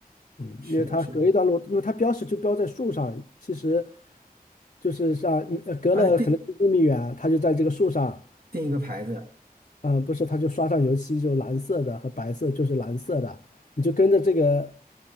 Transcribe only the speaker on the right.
是的，
是的，
啊，定
定一个牌子。